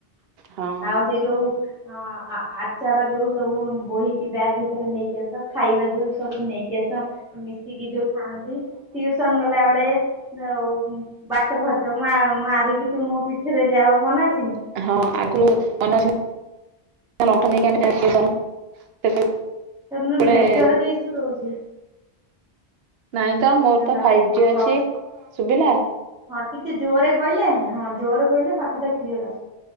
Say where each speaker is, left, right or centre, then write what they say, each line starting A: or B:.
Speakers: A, on the right; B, in the centre.
A: ହଁ
B: ଆଉ ସେ ଯୋଉ ହଁ ଆ ଆଚାର ଯୋଉ ସବୁ ବୋହିକି ବ୍ୟାଗ ଭିତରେ ନେଇକି ଆସ ଖାଇବା ଯୋଉ ସବୁ ନେଇକି ଆସ ମିଶିକି ଯୋଉ ଖାଆନ୍ତି ଟିଉସନ ଗଲା ବେଳେ ଆଉ ବାଟ ଖର୍ଚ୍ଚ ମା ମାରିକି ତୁ ମୋ ପିଠରେ ଯାଅ ମନେ ଅଛି ନା।
A: <unintelligible>
B: ତୋର ନ
A: ସେତେବେଳେ
B: ନେଟୱାର୍କ ଇସୁ ରହୁଚି।
A: ନାଇଁ ତ
B: ହ୍ୟାଲୋ
A: ମୋର ତ ଫାଇଭ୍
B: ହଁ
A: ଜି ଅଛି
B: କହ।
A: ଶୁବିଲା।
B: ହଁ ଟିକେ ଜୋରରେ କହିଲେ ହଁ ଜୋରରେ କହିଲେ କଥାଟା କ୍ଲିଅର ଆସ